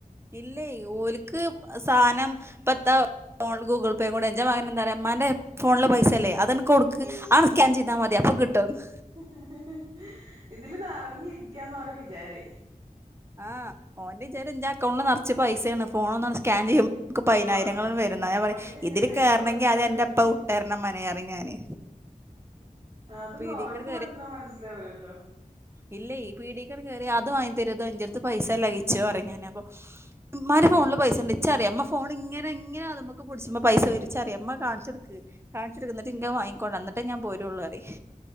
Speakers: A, on the right; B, on the right.
A: ഇല്ലേയ് ഓല്ക്ക് സാധനം പത്ത ഫോൺ ഗൂഗിൾ പ്പേം കൂടെ ഇന്ജെ മകൻ എന്താ പറയാ ഇമ്മാന്റെ ഫോണില് പൈസ ല്ലേ അതങ്ങത് കൊട്ക്ക് ആ സ്കാൻ ചെയ്താ മതി അപ്പൊ കിട്ടും ന്ന്
B: ഹ്ഹ് ഹ് ഹ് ഇതില് നിറഞ്ഞിരിക്കന്നാണ് ഓരെ വിചാരേ
A: ആഹ് ഓന്റെ വിചാരം ന്റെ അക്കൗണ്ടില് നിറച്ച് പൈസ അതേണ്‌ ഫോണൊന്ന് സ്കാൻ ചെയ്യും ബമ്മക്ക് പതിനായിരങ്ങള്
B: ആ
A: വരുന്നാ
B: ഫോണിൽ
A: ഞാൻ പറിമ്
B: ഇങ്ങനെ
A: ഇതില്
B: നക്കി
A: കേറണെങ്കി
B: കൊടുത്താണ്ട്
A: ആദ്യം അന്റെ
B: വരും
A: ബുട്ടരണം ണം മനെ യറിം ഞാന്
B: ഉം അതൊന്നും
A: പീടിക്കാണ്ട്
B: ഓര്ക്ക് പറ <inaudible> മനസ്സിലാവിലല്ലോ
A: ഇല്ല ഈ പീഡീക്കാണ്‌ കേറിയെ അത് വാങ്ങി തരരുത് എന്റടുത്ത് പൈസ ഇല്ല കിച്ചു പറയും ഞാനപ്പം ഉമ്മാ ന്റെ ന്റെ ഫോണില് പൈസ ഉണ്ട് ഇച്ചറിയാം അമ്മ ഫോൺ ഇങ്ങന ഇങ്ങനെ അ അതുമക്ക് പടിച്ചമ്മ പൈസ വരും ഇച്ചറിയാം ഇമ്മ കാണിച്ചൊടുക്ക് കാണിച്ചൊടുക്ക് എന്നിട്ട് ഇങ്കാ വാങ്ങിക്കോണ്ട് വാ അന്നിട്ടെ ഞാൻ പോരുള്ളൂ റിം